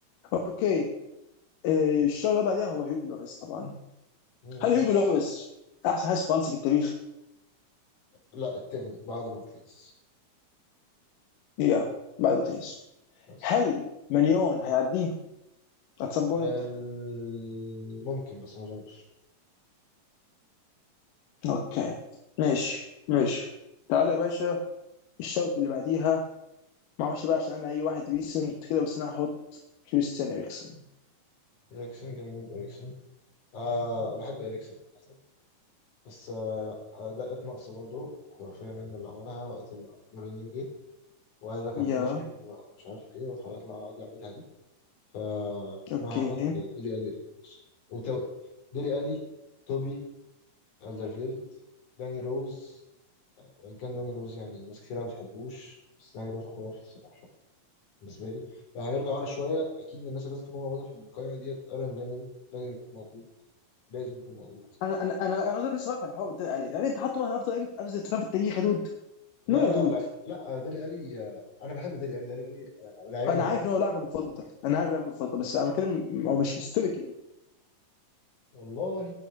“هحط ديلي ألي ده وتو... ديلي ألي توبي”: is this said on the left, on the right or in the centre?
Left